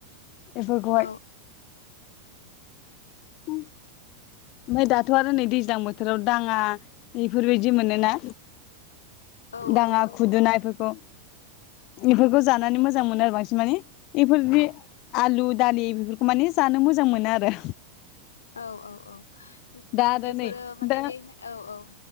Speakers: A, on the left (about 40°); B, on the left (about 70°).
A: बेफोरखौहाय
B: औ
A: <unintelligible> ओमफ्राय दाथ' आरो नै दैज्लां बोथोराव दाङा बेफोरबायदि मोनोना?
B: औ
A: दाङा
B: औ औ
A: खुदुना एफोरखौ। बेफोरखौ जानानै मोजां मोनो बांसिन मानि एफोरदि आलु दालि बेफोरखौ माने जानो मोजां मोनो आरो।
B: औ औ औ
A: दा आरो
B: बेफोरो
A: नै
B: माने
A: दा
B: दे औ औ।